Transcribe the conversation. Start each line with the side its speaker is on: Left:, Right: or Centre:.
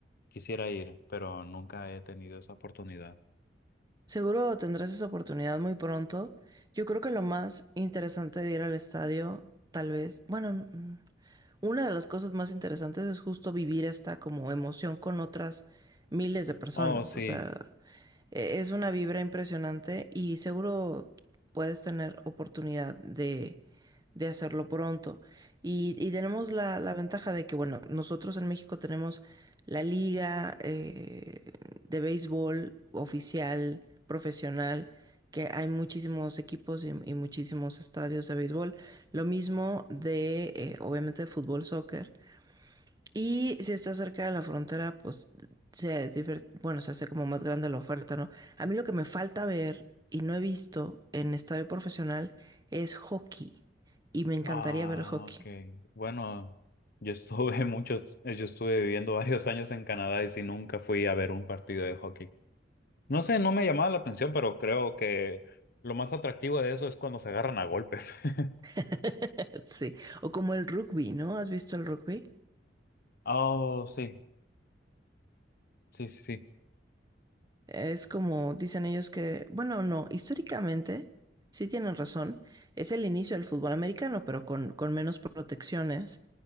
Left: Quisiera ir, pero nunca he tenido esa oportunidad.
Right: Seguro tendrás esa oportunidad muy pronto. Yo creo que lo más interesante de ir al estadio, tal vez, bueno, mm, Una de las cosas más interesantes es justo vivir esta como emoción con otras miles de personas.
Left: Oh, sí.
Right: O sea, e- es una vibra impresionante y seguro puedes tener oportunidad de de hacerlo pronto. Y, y tenemos la, la ventaja de que, bueno, nosotros en México tenemos la liga eh, de béisbol oficial, profesional, que hay muchísimos equipos y, y muchísimos estadios de béisbol. Lo mismo de, eh, obviamente, de fútbol, soccer. Y si está cerca de la frontera, pues se, difer- bueno, se hace como más grande la oferta, ¿no? A mí lo que me falta ver y no he visto en estadio profesional es hockey. Y me encantaría
Left: Ah,
Right: ver hockey.
Left: ok. Bueno, yo estuve <laughs> muchos, eh, yo estuve viviendo varios años en Canadá y sí nunca fui a ver un partido de hockey. No sé, no me llamaba la atención, pero creo que lo más atractivo de eso es cuando se agarran a golpes. <laughs>
Right: <laughs> Sí. O como el rugby, ¿no? ¿Has visto el rugby?
Left: Oh, sí, sí, sí.
Right: Es como dicen ellos que, bueno, no, históricamente, sí tienen razón, es el inicio del fútbol americano, pero con, con menos protecciones